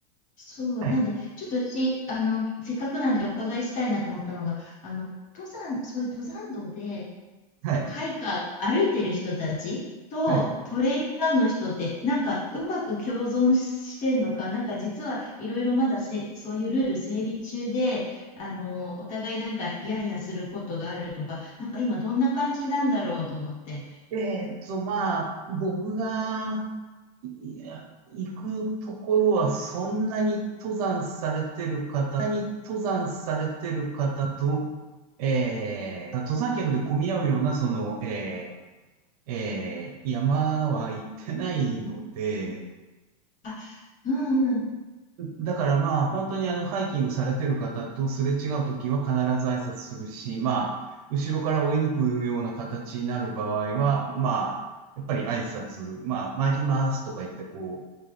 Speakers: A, on the left (about 35°); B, on the right (about 65°).
A: そう、
B: はい。
A: なんで、ちょっとし、あの、せっかくなんでお伺いしたいなと思ったのが、あの、登山、そういう登山道で、
B: はい。
A: ハイカー、歩いてる人たちとトレイルランの人って、
B: はい。
A: なんかうまく共存してんのか、なんか実はいろいろまだせ、そういうルール整備中で、あの、お互いなんかやんやすることがあるとか、なんか今どんな感じなんだろうと思って。
B: えーっと、まあ、僕が、いや、行くところは、そんなに登山されてる方、そんなに登山されてる方と、えー、登山客で混み合うような、その、えー、えー、山は行ってないので、
A: あ、うんうん。
B: だからまあ、本当にあの、ハイキングされてる方とすれ違うときは必ず挨拶するし、まあ、後ろから追い抜くような形になる場合は、まあ、やっぱり挨拶、まあ、参りますとか言って、こう、